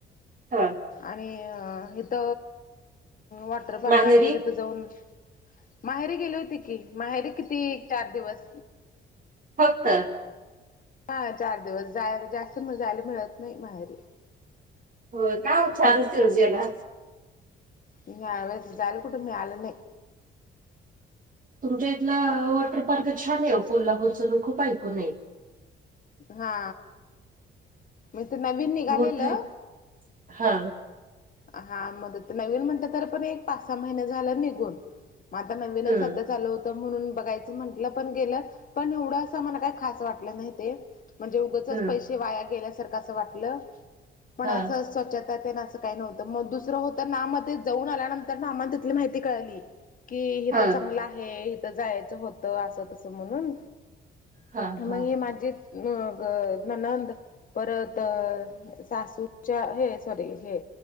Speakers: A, on the right (about 45°); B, on the left (about 45°).
A: हां.
B: आणि अ इथ वॉटर पार्क
A: माहेरी
B: आहे तिथं जाऊन माहेरी गेली होती कि माहेरी किती चार दिवस
A: हो सर.
B: हा चार दिवस जायला जास्त मजायला मिळत नाही माहेरी
A: हो का छानसवजीला
B: इ जा झालकुटुबी आले नाही.
A: तुमच्या इथलं वॉटर पार्क छान आहे कोल्हापूरच खूप ऐकूनय.
B: हा. मी तर नवीन निघालेलं.
A: मोठं आहे. हा
B: हा मदत नवीन म्हणत तर पण एक पाच सहा महिने झालं निघून म आता नवीनच
A: हं
B: सध्या चालू होतं म्हणून बघायचं म्हटलं पण गेलं पण एवढं असं मला काय? खच वाटलं नाही ते म्हणजे उगचच
A: हं
B: पैसे वाया गेल्यासारखं असं वाटलं. पण
A: हा
B: असं स्वच्छता ते असं. काही नव्हतं मग दुसरं होतं ना मग ते जाऊन आल्यानंतर नामा तिथली माहिती कळाली. कि हथ
A: हा
B: चांगलं आहे हथ जायचं होत असं तस म्हणून
A: हा हा
B: मग हे माझे अ ननंद. परत सासूच्या हे सॉरी हे.